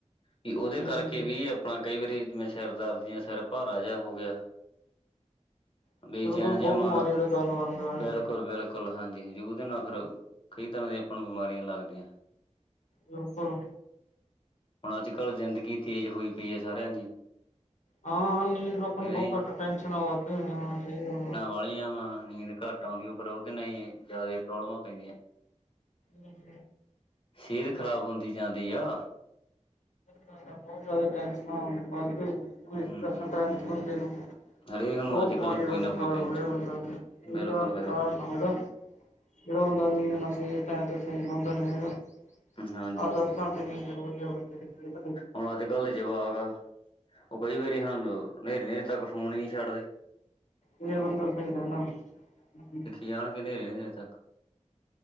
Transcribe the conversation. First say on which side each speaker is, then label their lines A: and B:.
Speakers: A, on the left; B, on the left.
A: ਵੀ ਉਹਦੇ
B: ਹੂੰ
A: ਕਰਕੇ ਵੀ। ਤਾਂ ਕਈ ਵਾਰੀ ਜਿਵੇਂ ਸਿਰ ਦਰ ਯਾ ਸਿਰ ਭਾਰਾ ਜਿਹਾ ਹੋ ਗਿਆ।
B: ਬਿਲਕੁਲ
A: ਬੀਚੈਨ
B: ਬਹੁਤ
A: ਜੇਹਾ ਮਨ
B: ਬਿਮਾਰੀਆਂ
A: ਬਿਲਕੁਲ-
B: ਦਾ ਕਾਰਨ ਬਣਦਾ ਹਾਂਜੀ
A: ਬਿਲਕੁਲ। ਬਿਲਕੁਲ ਹਾਂਜੀ- ਹਾਂਜੀ ਉਹਦੇ ਨਾਲ ਫੇਰ ਕਈ ਤਰਾਂ ਦੀਆਂ ਆਪਾਂ ਨ ਬਿਮਾਰੀਆਂ ਲੱਗਦੀਆਂ।
B: ਬਿਲਕੁਲ।
A: ਹੁਣ ਅੱਜ ਕੱਲ ਜ਼ਿੰਦਗੀ ਤੇਜ਼ ਹੋਈ ਪਈ ਹੈ ਸਾਰਿਆਂ ਦੀ।
B: ਹਾਂ-ਹਾਂ ਨੀਂਦ ਲੋਕਾਂ ਨੂੰ
A: ਨਹੀਂ
B: ਬਹੁ ਘੱਟ, ਟੈਨਸ਼ਨ ਵੱਧੁ ਹੋ ਰਹਿਆ
A: ਬੜਿਆਂ ਵਾ ਨੀਂਦ ਘੱਟ। ਟ ਆਂਦੀ ਓਪਰੋ ਉਹਦੇ ਨਾਂ ਹੀ ਜ਼ਿਆਦਾ ਪ੍ਰੋਬਲਮਾਂ ਪੈਂਦੀਆਂ।
B: ਹੂੰ।
A: ਸਿਹਤ ਖ਼ਰਾਬ ਹੁੰਦੀ ਜਾਂਦੀ ਆ।
B: ਬਹੋਤ ਜਾਦਾ ਟੈਂਸ਼ਨਾ ਵਾਧੂ, <unintelligible>
A: ਹਮ
B: ਕਰਾਨ
A: ਹਮ
B: ਚ ਬੰਦੇ ਨੂੰ
A: ਹਰੇਕ ਨੂੰ
B: ਉਹ
A: ਅੱਜ
B: ਬਿਮਾਰੀਆਂ
A: ਕੱਲ ਕੋਈ
B: ਦਾ
A: ਨਾ
B: ਸ਼ਿਕਾਰ
A: ਕੋਈ ਟੈਨਸ਼ਨ
B: ਹੋਇਆ ਬੰਦਾ, ਇਹਦਾ
A: ਬਿਲਕੁਲ ਬਿਲਕੁਲ
B: ਕਾਰਨ ਜਿਹੜਾ ਬੰਦਾ ਨੀਂਦ <unintelligible> ਸ ਟਮ ਤੇ ਸ ਹਦਾ ਨ
A: ਹਾਂਜੀ
B: ਅਠ-
A: ਹਾਂਜੀ
B: ਦਸ ਘੰਟੇ ਨੀਂਦ ਜ਼ਰੂਰੀ ਆ ਬੰਦੇ ਸਿਹਤ ਲਈ।
A: ਹੁਣ ਅੱਜ ਕੱਲ ਦੇ ਜਵਾਕ ਆ, ਉਹ ਕਈ ਵਾਰੀ ਹੁਨ ਨ- ਦਂ ਤੱਕ ਫ਼ੋਨ ਈ ਨਹੀਂ ਛੱਡਦੇ।
B: ਫੇਰ ਬੰਦਾ ਸਹੀ ਰਹਿੰਦਾ ਏ।
A: ਜਾਣ ਕੇ ਹਨੇਰੇ- ਹਨੇਰੇ ਤੱਕ।